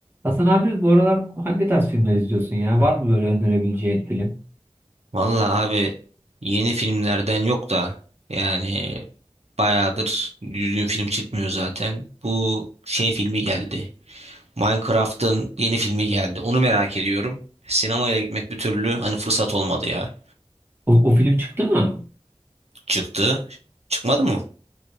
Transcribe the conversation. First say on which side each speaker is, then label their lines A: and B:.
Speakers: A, on the right; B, on the right.
A: Hasan abi bu aralar hangi tarz filmler izliyorsun ya? Var mı böyle önerebileceğin film?
B: Vallahi abi yeni filmlerden yok da yani bayağıdır düzgün film çıkmıyor zaten. Bu şey filmi geldi. Minecraft'ın yeni filmi geldi. Onu merak ediyorum. Sinemaya da gitmek bir türlü hani fırsat olmadı ya.
A: O, o film çıktı mı?
B: Çıktı. Çıkmadı mı?